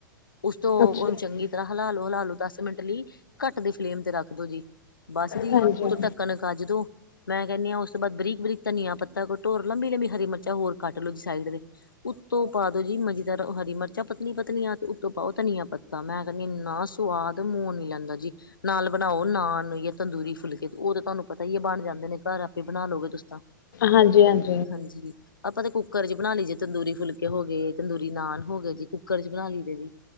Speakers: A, on the left; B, on the left.
A: ਉਸ ਤੋਂ
B: ਅੱਛਾ
A: ਉਹਨੂੰ
B: ਜੀ,
A: ਜਰਾ ਹਾਲਾ ਲਓ ਹਾਲਾ ਲਓ ਦਸ ਮਿੰਟ ਲਇ ਘੱਟ ਦੀ ਫਲੇਮ ਤੇ ਰੱਖ ਦੋ ਜੀ ਬਸ ਜੀ
B: ਹਾਂਜੀ,
A: ਉਤੋਂ ਢਕਨ ਨਾਲ ਕਜ ਦੋ ਮੈਂ ਕਹਿੰਦੀ ਆ ਉਸ ਤੋਂ ਬਾਅਦ ਬਰੀਕ ਬਰੀਕ ਧਨੀਆ ਪੱਤਾ ਢੋਰ ਲੰਮੀ ਲੰਮੀ ਹਰੀ ਮੱਚਾ ਹੋਰ ਕੱਟ ਲਓ ਸਾਈਡ ਤੇ ਉੱਤੋਂ ਪਾ ਦੋ ਜੀ ਮਜੀਦਾਰ ਹਰੀ ਚਾ ਪਕਨੀ ਪਤਨੀਆ ਉਤੋ ਪਾਓ ਧਨੀਆ ਪਤਾ ਮੈ ਕਹਿਣੀ ਅ ਐਨਾ ਸਵਾਦ ਮੂੰ ਨਹੀਂ ਲੈਂਦਾ ਜੀ ਨਾਲ ਬਣਾਓ ਨਾਨ ਜਾ ਤੰਦੂਰੀ ਫੁਲਕੇ ਤੇ ਉਹ ਤੁਹਾਨੂੰ ਪਤਾ ਹੀ ਬਣ ਜਾਂਦੇ ਨੇ ਘਰ ਆਪੇ ਬਣਾ ਲੋਗੇ ਤੁਸੀਂ ਤਾਂ
B: ਹਾਂਜੀ ਹਾਂਜੀ
A: ਹਾਂਜੀ ਆਪਾਂ ਤੇ ਕੁੱਕਰ ਚ ਬਣਾ ਲਈ ਜੇ ਤੰਦੂਰੀ ਫੁਲਕੇ ਹੋ ਗਏ ਤੰਦੂਰੀ ਨਾਨ ਹੋ ਗਏ ਜੀ ਕੁੱਕਰ ਚ ਬਣਾ ਲਈੀਏੇ ਜੀ